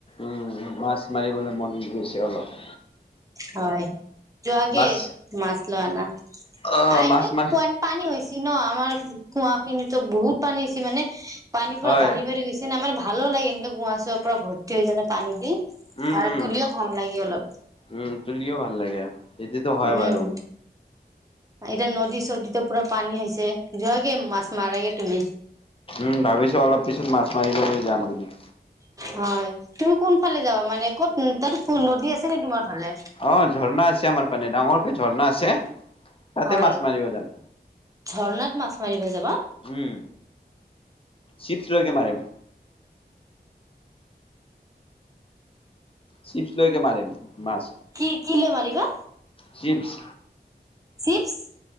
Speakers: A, on the left; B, on the right.
A: উম, মাছ মাৰিবলৈ মন গৈছে অলপ।
B: হয় যোৱা আগে
A: মাছ
B: মাছ ল আনা
A: অ
B: <unintelligible>
A: মাছ মাৰ
B: পানী হৈছে ন আমাৰ কুৱা খিনিতো বহুত পানী হৈছে মানে পানী পুৰা
A: হয়
B: বাঢ়ি বাঢ়ি গৈছে। এনাই মানে ভালো লাগে এনে কুঁৱা চুঁৱা পুৰা ভৰ্তি হৈ যালে পানী দি,
A: উম
B: আৰু
A: উম
B: তুলিও ভাল লাগে অলপ।
A: উম, তুলিও ভাল লাগে। সেইটোতো হয়
B: উম।
A: বাৰু
B: এতিয়া নদী চদীতে পুৰা পানী হৈছে যোৱাগে মাছ মাৰগে তুমি।
A: উম ভাবিছো অলপ পিছত মাছ মাৰিবলৈ যাম বুলি।
B: হয় তুমি কোনফালে যাবা মানে ক'ত তাত নদী আছে নে তোমাৰ ফালে।
A: অ ঝৰ্ণা আছে আমাৰ পানে ডাঙৰকে ঝৰ্ণা আছে তাতে
B: হয়
A: মাছ মাৰিব যাম।
B: ঝৰ্ণাত মাছ মাৰিব যাবা।
A: উম, চিপছ্ লৈকে মাৰিম। চিপছ্ লৈকে মাৰিম মাছ।
B: কি, কি লৈ মাৰিবা?
A: চিপছ্।
B: চিপছ্।